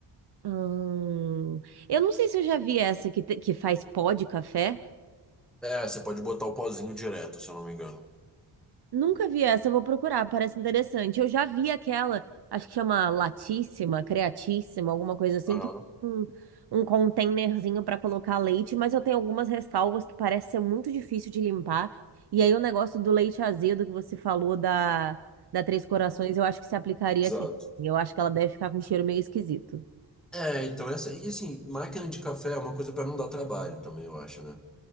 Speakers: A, on the right; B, in the centre.
A: Hum, eu não sei se eu já vi essa que, te- que faz pó de café.
B: É, você pode botar o pozinho direto, se eu não me engano.
A: Nunca vi essa, eu vou procurar, parece interessante. Eu já vi aquela, acho que chama latíssima, creatíssima, alguma coisa assim,
B: Aham,
A: que tem um, um containerzinho para colocar leite, mas eu tenho algumas ressalvas que parece ser muito difícil de limpar. E aí o negócio do leite azedo que você falou da, da Três Corações, eu acho que se aplicaria
B: exato.
A: aqui. Eu acho que ela deve ficar com um cheiro meio esquisito.
B: É, então essa. E assim, máquina de café é uma coisa pra não dar trabalho também, eu acho, né?